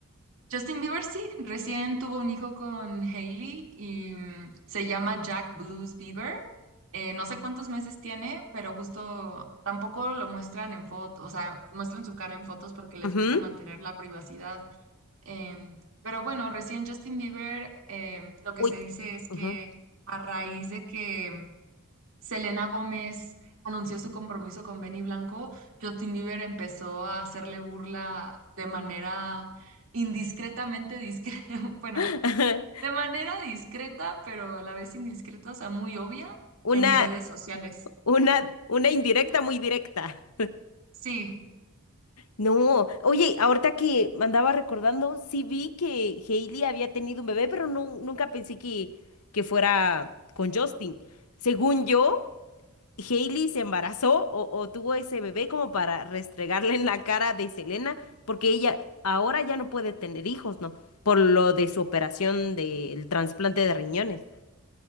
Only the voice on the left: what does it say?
Ujú.
Uy.
ujú.
<laughs>
Una,
una, una indirecta muy directa.
No, oye, ahorita que me andaba recordando, sí vi que Hailey había tenido un bebé, pero no, nunca pensé que, que fuera con Justin. Según yo, Hailey se embarazó o, o tuvo ese bebé como para restregarle en la cara de Selena, porque ella ahora ya no puede tener hijos, ¿no? Por lo de su operación del trasplante de riñones.